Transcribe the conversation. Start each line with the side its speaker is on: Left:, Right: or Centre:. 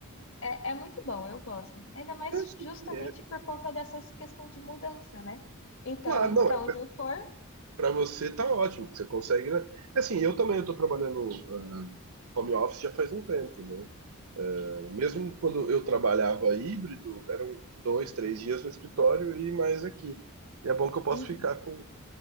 Left: É, é muito bom, eu gosto. Ainda mais
Right: é, isso
Left: justamente
Right: aqui, é,
Left: por conta dessas questões de mudança, né? Então,
Right: claro, não,
Left: para
Right: é,
Left: onde eu for,
Right: pra você tá ótimo, que você consegue, né? Assim, eu também eu tô trabalhando ah, home office já faz um tempo, né? Mesmo quando eu trabalhava híbrido, eram dois, três dias no escritório e mais aqui. E é bom que eu posso
Left: Uhum.
Right: ficar com,